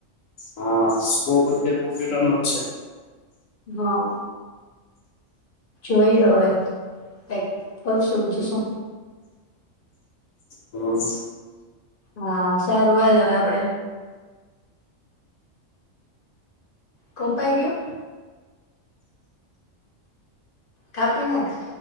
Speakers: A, on the left; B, on the left.
A: હા સ્કોપ અત્યારે કોમ્પ્યુટર મ જ છે.
B: હા. જોઈએ હવે કઈક કરશું બીજું શું.
A: હમ્મ.
B: હા સારું હાલો હવે આપડે. કોપાય ગીયુ. કાપીનાખ.